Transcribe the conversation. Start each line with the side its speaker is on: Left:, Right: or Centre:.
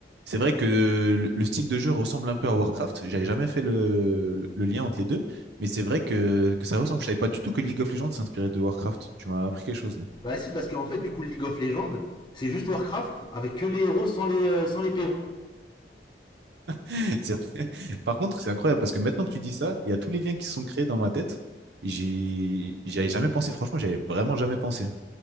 Right: c'est vrai que le le style de jeu ressemble un peu à Warcraft. J'avais jamais fait le, le- le lien entre les deux, mais c'est vrai que, que ça ressemble. Je savais pas du tout que League of Legends s'inspirait de Warcraft. Tu m'as appris quelque chose là.
Left: Bah si, parce qu'en fait, du coup, League of Legends, c'est juste Warcraft avec que les héros sans les euh, sans les péons.
Right: <laughs> C'est- Par contre, c'est incroyable parce que maintenant que tu dis ça, il y a tous les liens qui se sont créés dans ma tête. J'y j'y avais jamais pensé, franchement, j'avais vraiment jamais pensé.